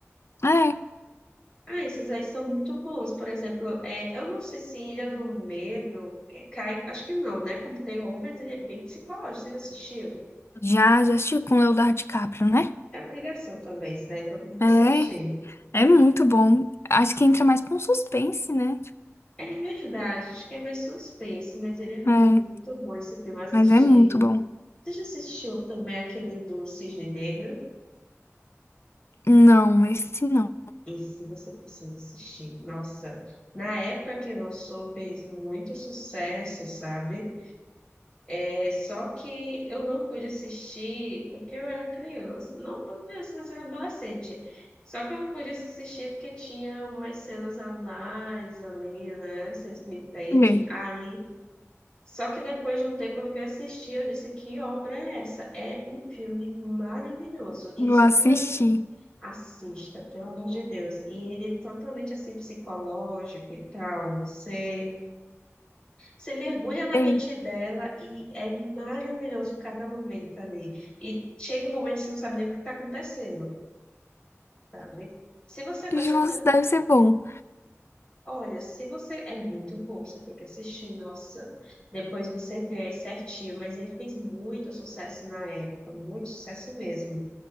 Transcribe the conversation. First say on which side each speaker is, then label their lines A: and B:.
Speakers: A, on the left (about 55°); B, on the left (about 20°).
A: É,
B: Ah, esses aí são muito bons. Por exemplo, é, eu não sei se Ilha do Medo é, cai, acho que não, né? Como tem mas ele é bem psicológico. Você já assistiu?
A: já, já assistiu com Leonardo DiCaprio, né?
B: É obrigação também, isso daí todo mundo
A: É,
B: assistir.
A: é muito bom. Acho que entra mais pra um suspense, né? Tipo,
B: É verdade, acho que é mais suspense, mas ele é muito
A: É,
B: bom esse filme assistir.
A: mas é muito bom.
B: Você já assistiu também aquele do Cisne Negro?
A: Não, esse não.
B: Esse você precisa assistir. Nossa, na época que lançou, fez muito sucesso, sabe? É só que eu não pude assistir porque eu era criança, não tão criança, mas era adolescente. Só que eu não pude assistir porque tinha umas cenas a mais ali, né? Vocês me entendem.
A: É.
B: Aí, só que depois de um tempo eu fui assistir, eu disse, que obra é essa? É um filme maravilhoso e
A: Vou
B: extremamente...
A: assistir.
B: Assista, pelo amor de Deus. E ele é totalmente, assim, psicológico e tal, você... Você mergulha na
A: Bem,
B: mente dela e é maravilhoso cada momento ali. E chega um momento que você não sabe nem o que está acontecendo, sabe? Se você gosta
A: justo,
B: também.
A: deve ser bom.
B: Olha, se você. É muito bom, você tem que assistir, nossa. Depois você vê aí certinho. Mas ele fez muito sucesso na época, muito sucesso mesmo.